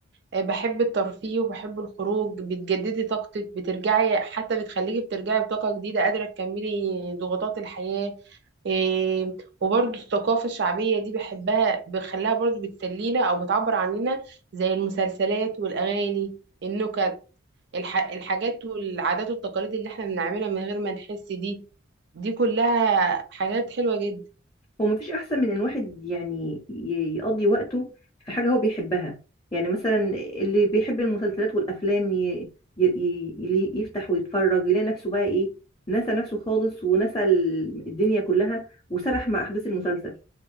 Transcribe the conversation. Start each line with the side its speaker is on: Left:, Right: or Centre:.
Right: آه، بحب الترفيه وبحب الخروج بتجددي طاقتك بترجعي حتى بتخليكي بترجعي بطاقة جديدة قادرة تكملي ضغوطات الحياة إيه وبرضو الثقافة الشعبية دي بحبها بخليها برضو بتسلينا او بتعبر عننا زي المسلسلات والاغاني النكت الح... الحاجات والعادات والتقاليد اللي احنا بنعملها من غير ما نحس دي دي كلها حاجات حلوة جدا
Left: هو مفيش احسن من ان واحد يعني ي- يقضي وقته في حاجه هو بيحبها يعني مثلا اللي بيحب المسلسلات والافلام ي... ي... ي... يلي- يفتح ويتفرج يلاقي نفسه بقى ايه نسى نفسه خالص ونسى ال- الدنيا كلها وسرح مع احداث المسلسل